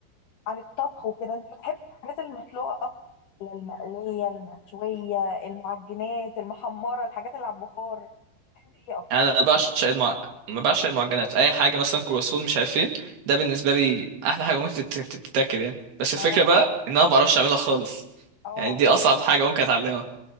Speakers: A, on the left (about 90°); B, on the right (about 55°).
A: عن الطبخ وكده انت بتحبي الحاجات المسلوقة اكتر ولا المقلية المشوية المعجنات المحمرة الحاجات اللي على البخار بتحبي ايه اكتر
B: انا بعشق المع... ما بعشق المعجنات اي حاجه مثلا كرواسون مش عارف ايه ده بالنسبه لي احلى حاجه ممكن تت- تت- تتاكل يعني بس الفكره
A: معرفة.
B: بقى ان انا ما بعرفش اعملها خالص
A: اه
B: يعني دي اصعب حاجه ممكن اتعلمها